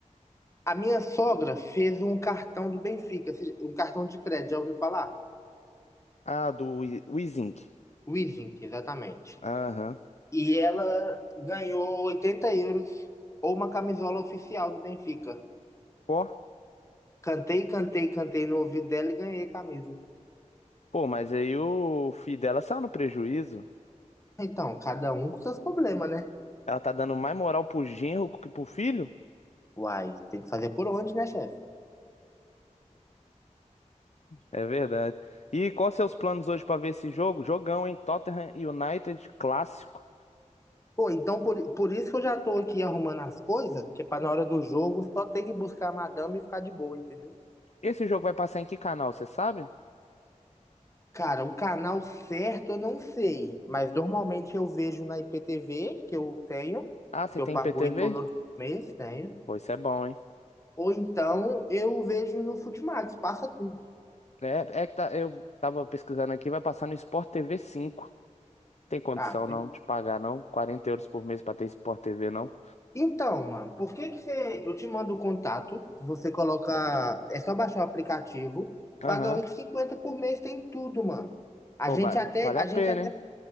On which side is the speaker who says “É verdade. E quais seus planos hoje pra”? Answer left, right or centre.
Left